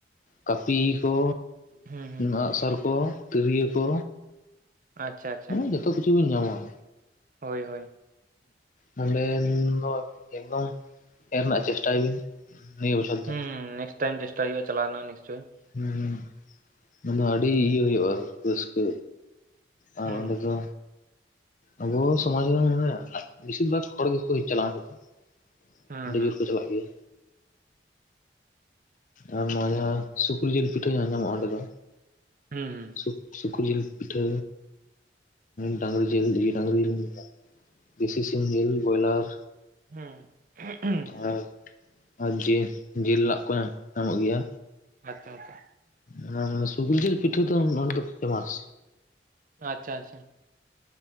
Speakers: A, on the left; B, on the right.
A: ᱠᱟᱹᱯᱤ ᱠᱚ
B: ᱦᱩᱸ ᱦᱩᱸ
A: ᱟᱸᱜᱥᱟᱨ ᱠᱚ ᱛᱤᱨᱭᱳ ᱠᱚ
B: ᱟᱪᱷᱟ ᱟᱪᱷᱟ
A: ᱡᱚᱛᱚ ᱠᱤᱪᱷᱩ ᱵᱤᱱ ᱧᱟᱢᱟᱼᱟ
B: ᱦᱳᱭ ᱦᱳᱭ
A: ᱱᱚᱰᱮᱱ ᱫᱚ ᱮᱠᱫᱚᱢ ᱦᱮᱡ ᱨᱮᱱᱟᱜ ᱪᱮᱥᱴᱟᱭ ᱵᱤᱱ ᱱᱤᱭᱟᱹ ᱵᱚᱪᱷᱚᱨ
B: ᱦᱩᱸ
A: ᱫᱚ
B: ᱱᱮᱠᱥᱴ ᱴᱟᱭᱤᱢ ᱪᱮᱥᱴᱟᱭ ᱦᱩᱭᱩᱜᱼᱟ ᱪᱟᱞᱱᱟ ᱱᱤᱥᱪᱚᱭ
A: ᱦᱮᱸ ᱚᱱᱟ ᱫᱚ ᱟᱹᱰᱤ ᱤᱭᱟᱹ ᱦᱩᱭᱩᱜᱼᱟ ᱨᱟᱹᱥᱠᱟᱹ ᱟᱨ
B: ᱦᱩᱸ
A: ᱚᱸᱰᱮ ᱫᱚ ᱟᱵᱚ ᱥᱚᱢᱟᱡ ᱨᱮᱱ ᱢᱟᱱᱮ ᱵᱮᱥᱤᱨ ᱵᱷᱟᱜᱽ ᱦᱚᱲ ᱜᱮᱠᱚ ᱪᱟᱞᱟᱜᱼᱟ ᱚᱸᱰᱮ ᱫᱚ
B: ᱦᱩᱸ
A: ᱟᱹᱰᱤ
B: ᱦᱩᱸ
A: ᱡᱳᱨ ᱠᱚ ᱪᱟᱞᱟᱜ ᱜᱮᱭᱟ ᱟᱨ ᱱᱚᱶᱟ ᱡᱟᱦᱟᱸ ᱥᱩᱠᱨᱤ ᱡᱤᱞ ᱯᱤᱴᱷᱟᱹ ᱧᱟᱢᱚᱜᱼᱟ ᱚᱸᱰᱮ ᱫᱚ
B: ᱦᱩᱸ ᱦᱩᱸ
A: ᱥᱩᱠ ᱥᱩᱠᱨᱤ ᱡᱤᱞ ᱯᱤᱴᱷᱟᱹ ᱰᱟᱝᱨᱤ ᱡᱮᱞ ᱤᱭᱟᱹ ᱰᱟᱝᱨᱤ ᱡᱤᱞ ᱫᱮᱥᱤ ᱥᱤᱢ ᱡᱤᱞ ᱵᱚᱭᱞᱟᱨ
B: ᱦᱩᱸ
A: ᱟᱨ ᱟᱨ ᱡᱤᱞ ᱡᱤᱞ ᱞᱟᱜ ᱠᱚ ᱧᱟᱢᱚᱜ ᱜᱮᱭᱟ
B: ᱟᱪᱪᱷᱟ ᱟᱪᱪᱷᱟ
A: ᱚᱱᱟ ᱢᱟᱱᱮ ᱥᱩᱠᱨᱤ ᱡᱤᱞ ᱯᱤᱴᱷᱟᱹ ᱫᱚ ᱚᱰᱮ ᱫᱚ ᱯᱷᱮᱢᱟᱥ
B: ᱟᱪᱪᱷᱟ ᱟᱪᱪᱷᱟ